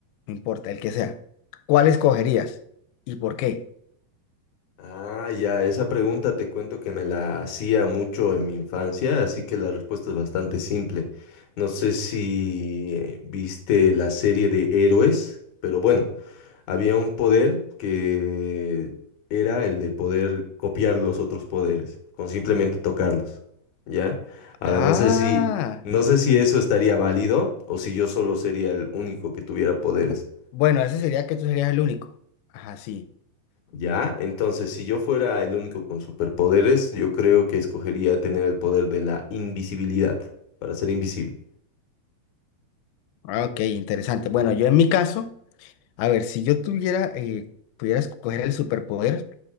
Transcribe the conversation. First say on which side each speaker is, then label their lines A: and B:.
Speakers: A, on the left (about 85°); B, on the left (about 65°).
A: no importa, el que sea, ¿cuál escogerías y por qué?
B: Ah, ya, esa pregunta te cuento que me la hacía mucho en mi infancia, así que la respuesta es bastante simple. No sé si eh, viste la serie de héroes, pero bueno, había un poder que era el de poder copiar los otros poderes, con simplemente tocarlos, ¿ya? Ahora,
A: Ah,
B: no sé si, no sé si eso estaría válido o si yo solo sería el único que tuviera poderes.
A: bu- bueno, eso sería que tú serías el único. Ajá, sí.
B: ¿Ya? Entonces, si yo fuera el único con superpoderes, yo creo que escogería tener el poder de la invisibilidad para ser invisible.
A: Ah, Ok, interesante. Bueno, yo en mi caso. A ver, si yo tuviera, eh, pudiera escoger el superpoder,